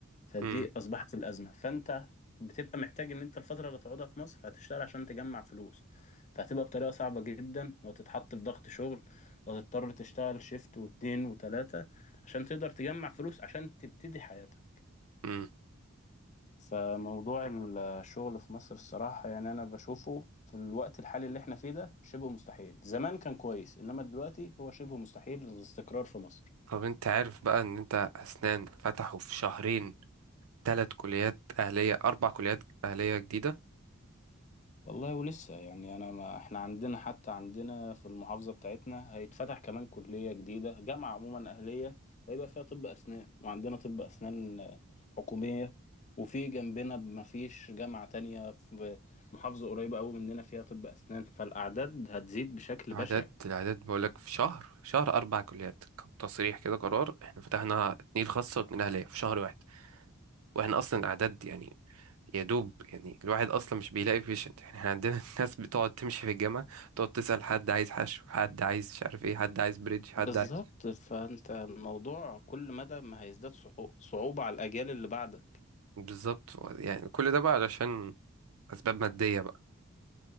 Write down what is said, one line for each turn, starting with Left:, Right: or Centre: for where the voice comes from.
Left: فدي
Right: امم
Left: اصبحت الازمة فانت بتبقى محتاج ان انت الفترة اللي هتقعدها في مصر هتشتغل عشان تجمع فلوس فهتبقى بطريقة صعبة جدا وهتتحط في ضغط شغل وهتضطر تشتغل شيفت واتنين وتلاتة عشان تقدر تجمع فلوس عشان تبتدي حياتك
Right: امم
Left: فموضوع الشغل في مصر الصراحة يعني أنا بشوفه في الوقت الحالي اللي احنا فيه ده شبه مستحيل زمان كان كويس إنما دلوقتي هو شبه مستحيل الاستقرار في مصر
Right: طب انت عارف بقى ان انت اسنان فتحوا في شهرين ثلاث كليات أهلية أربع كليات أهلية جديدة
Left: والله ولسه يعني انا ما احنا عندنا حتى عندنا في المحافظه بتاعتنا هيتفتح كمان كليه جديده جامعه عموما اهليه ويبقى فيها طب اسنان وعندنا طب اسنان آه، حكوميه وفي جنبنا ما فيش جامعه تانية في محافظه قريبه قوي مننا فيها طب اسنان فالاعداد هتزيد بشكل
Right: العدد
Left: بشع
Right: العدد بقولك في شهر شهر أربع كليات كان تصريح كده قرار إحنا فتحنا اتنين خاصة واتنين أهلية في شهر واحد وإحنا أصلا الأعداد يعني يا دوب يعني الواحد أصلا مش بيلاقي بيشنت إحنا عندنا <laughs> ناس بتقعد تمشي في الجامعة تقعد تسأل حد عايز حشو حد عايز مش عارف إيه حد عايز بريدج حد
Left: بالظبط
Right: عايز
Left: فانت الموضوع كل مدى ما هيزداد صعو- صعوبه على الاجيال اللي بعدك
Right: بالظبط هو يعني كل ده بقى علشان أسباب مادية بقى